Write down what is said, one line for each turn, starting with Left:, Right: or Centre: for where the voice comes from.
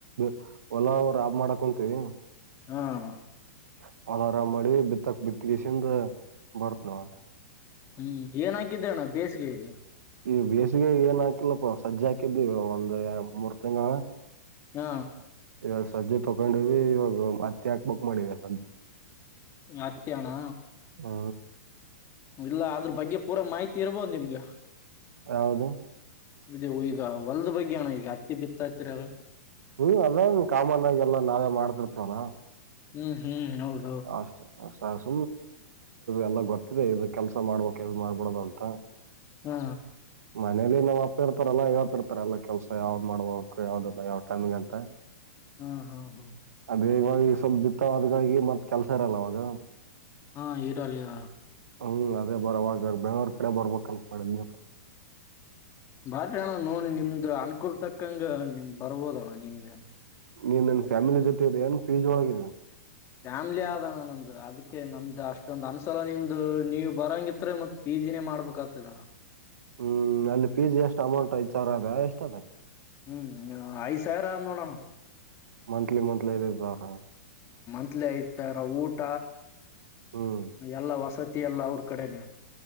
Right: ಹ <unintelligible> <unintelligible> ರಾಬ್ ಮಾಡಕ ಕುಂತೀವಿ <unintelligible>
Left: ಹಾ ಅಣ್ಣ
Right: ಅಲಾರಾಮ್ ಮಾಡಿ ಬಿತ್ತಕ್ ಬಿತ್ತಗೆಸಿಂದ ಬರ್ತ್ ನವಾಗ.
Left: ಹ್ಮ್ ಏನಾಕಿದ್ದನ್ನ ಬೇಸಿಗೆ ಇಲ್ಲಿ.
Right: ಈ ಬೇಸಿಗೆ ಏನ್ ಹಾಕಿಲ್ಲಪ್ಪ ಸಜ್ಜೆ ಹಾಕಿದ್ ಒಂದ್ ಮೂರ್ ತಿಂಗಳ.
Left: ಹಾ
Right: ಇವಾಗ ಸಜ್ಜೆ ತಗೊಂಡಿವವಿ ಇವಾಗ ಮತ್ತೆ ಹಾಕ್ ಬೇಕ್ ನೋಡಿಗ್ ಸಜೆ
Left: ಹಾಕ್ತಿಯನ್ನ
Right: ಹಾ
Left: ಇಲ್ಲ ಅದ್ರ ಬಗ್ಗೆ ಪೂರಾ ಮಾಹಿತಿ ಇರ್ಬೋದು್ ನಿಮ್ಗ
Right: ಯಾವ್ದು
Left: ಇ ಈಗ ಹೊಲ್ದ ಬಗ್ಗೆ ಅಣ ಈಗ ಹತ್ತಿ ಬಿತ್ತಾತಿರಲ್ಲ
Right: ಹ್ಮ ಅದನ್ ಕಾಮನ್ ಆಗ ಎಲ್ಲ ನಾವೇ ಮಾಡ್ತಿರ್ತವಲ್ಲ
Left: ಹ್ಮ್ ಹ್ಮ್ ಹೌದು
Right: <unintelligible> ಎಲ್ಲ ಗೊತ್ತಿದೆ ಇ ಕೆಲ್ಸ ಮಾಡ್ಬಕ್ ಎಲ್ ಮಾಡ್ಬರಾಡು ಅಂತ
Left: ಹಾ
Right: ಮನೇಲಿ ನಮ್ಮ್ ಅಪ್ಪ ಇರ್ತಾರಲ್ಲ ಇವತಿ ಇರ್ತಾರ ಎಲ್ಲ ಕೆಲ್ಸ ಯಾವ್ದ್ ಮಾಡ್ಬಕ್ ಯಾವ್ದ ಯಾವ್ ಟೈಮ್ಗ ಅಂತ
Left: ಹಾ ಹಾ ಹಾ
Right: ಬೇಗವಾಗಿ ಸೊಬ್ಬತ್ತ ಅಕ ಮತ್ತೆ ಕೆಲ್ಸ ಇರಲ್ಲ ಅವಾಗ
Left: ಹಾ ಈರಾಲಾ ಇರ
Right: ಹ್ಮ್ ಅದೇ ಬರವಾಗ ಬೆಂಗ್ಳೂರ್ ಕಡೆ ಬರ್ಬೇಕಲ್ ಮಾಡ್ ದಿವ್ಸ
Left: <unintelligible> ನೊಣ ನಿಮ್ ಇ ಅನ್ಕೂಲ್ ತಕ್ಕಂಗ ನಿನ್ ಬರ್ಬೋದಣ್ಣ <unintelligible>
Right: ನೀನ್ ನನ್ ಫ್ಯಾಮಿಲಿ ಜೊತೆ ಇದೆ ನನ್ ಪೀಜ್ ಒಳಗ.
Left: ಫ್ಯಾಮ್ಲಿ ಆದಣ್ಣ ನಮ್ದು ಅದಕ್ಕೆ ನಮ್ದು ಅಷ್ಟೊಂದ್ ಅನ್ಸಲ ನಿಮ್ದು ನೀವು್ ಬರಂಗಿತ್ ಮತ್ತತ್ ಪಿ ಜಿನೇ ಮಾಡ್ಬೇಕ ಆತದಣ
Right: ಹ್ಮ್ ಅಲ್ಲಿ ಫೀಜಿ ಎಷ್ಟ್ ಅಮೌಂಟ್ ಐದ ಸಾವರ ಅದ ಎಷ್ಟು ಅದಲ್ಲ.
Left: ಹ್ಮ್ ಐದು ಸಾವಿರ ಅದ್ನೊಡ್ಡನ್ನ
Right: ಮಂತ್ಲಿ ಮಂತ್ಲಿ ಐದ ಐದ ಸಾವರ.
Left: ಕತ್ಲ ಇತಾರ ಊಟ.
Right: ಹ್ಮ್
Left: ಎಲ್ಲ ವಸತಿ. ಅಲ್ಲ ಅವ್ರ ಕಡೆನ.